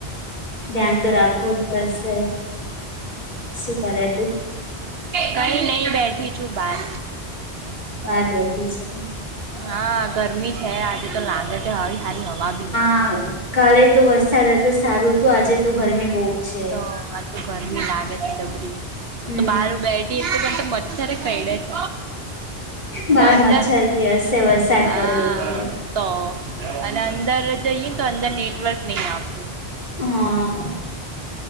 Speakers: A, on the left; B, on the right.
A: ધ્યાન તો રાખવું જ પડશે. શું કરે તું?
B: કઈ નહિ બેઠી છું બાર.
A: બહાર બેઠી છે.
B: હા ગરમી છે, આજે તો લાગે છે. હારી સારી હવા બી નહિં.
A: હા. કાલે તો વરસાદ હતો સારો હતું. આજે તો ગરમી બહુ. છે
B: તો આ તો ગરમી લાગે છે જબરી. હું
A: હમ
B: તો બહાર બેઠ તીર્થ બન્ટ મરછર કઈદે છે <unintelligible> અને
A: બહાર
B: અંદર
A: મચ્છર બી હસે. વરસાદ
B: હા
A: પડ્યો એટલે
B: તો અને અંદર જઈએ ને તો અંદર નેટવર્ક નહી આવતું.
A: હા.